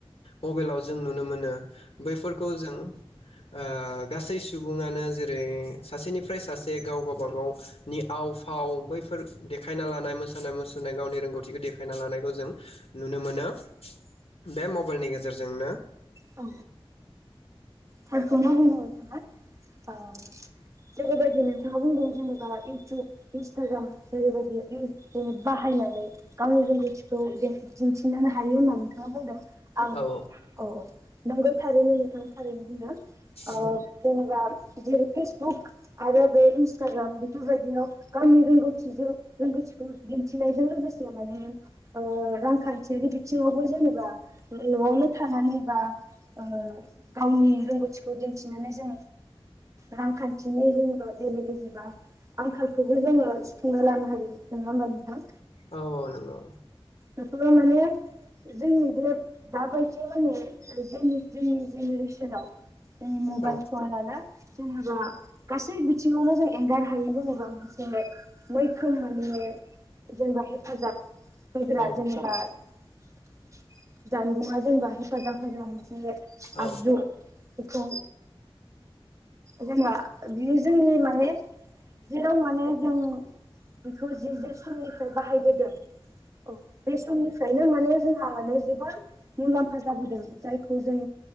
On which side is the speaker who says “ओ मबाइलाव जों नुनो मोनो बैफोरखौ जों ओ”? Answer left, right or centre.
Left